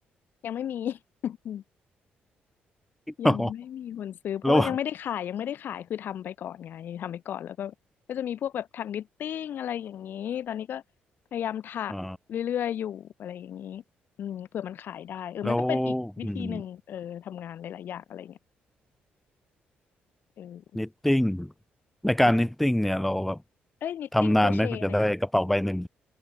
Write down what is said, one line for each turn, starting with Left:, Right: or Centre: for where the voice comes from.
Left: ยังไม่มี <laughs>
Centre: <laughs>
Left: ยังไม่มีคนซื้อเพราะว่ายังไม่ได้ขายยังไม่ได้ขายคือทำไปก่อนไงทำไปก่อนแล้วก็ก็จะมีพวกแบบถักนิตติ้งอะไรอย่างนี้ตอนนี้ก็
Centre: อ๋อแล้ว
Left: พยายามถักเรื่อยๆอยู่อะไรอย่างนี้อืมเผื่อมันขายได้เออมันก็เป็นอีกวิธีหนึ่งเออทำงานหลายๆอย่างอะไรเงี้ย
Centre: อ๋อ แล้วอืม
Left: เออ
Centre: นิตติ้งในการนิตติ้งเนี่ยเราแบบ
Left: แล้วเอ้ยนิตติ้งโครเชต์อะไรเงี้ย
Centre: ทำนานไหมเพื่อจะได้กระเป๋าใบหนึ่ง